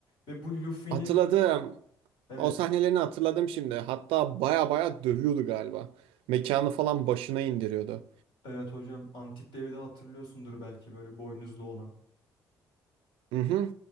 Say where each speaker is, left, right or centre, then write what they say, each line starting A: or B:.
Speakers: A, on the left; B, on the right.
A: Ve bu Luffy'nin
B: Hatırladım.
A: evet
B: O sahnelerini hatırladım şimdi. Hatta baya baya dövüyordu galiba. Mekanı falan başına indiriyordu.
A: evet hocam antik devi de hatırlıyorsundur belki böyle boynuzlu olan.
B: Hı hı.